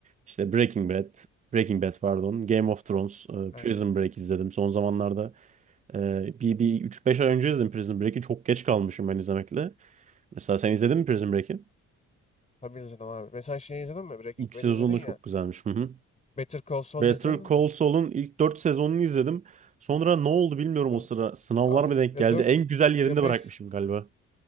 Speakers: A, on the right; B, on the left.
A: işte Breaking Bad. Breaking Bad pardon. Game of Thrones. e,
B: Aynen.
A: Prison Break izledim. Son zamanlarda e, bir, bir üç beş ay önce dedim Prison Break'i. Çok geç kalmışım ben izlemekle. Mesela sen izledin mi Prison Break'i?
B: Tabii izledim abi. Mesela şey izledin mi? Breaking
A: İlk
B: Bad
A: sezonu
B: izledin ya.
A: çok güzelmiş. Hı hı.
B: Better Call Saul
A: Better
B: izledin
A: Call
B: mi?
A: Saul'un ilk 4 sezonunu izledim. Sonra ne oldu bilmiyorum
B: Ha,
A: o sıra. Sınavlar
B: Abi
A: mı denk
B: ya
A: geldi?
B: 4
A: En güzel yerinde
B: ya beş
A: bırakmışım galiba.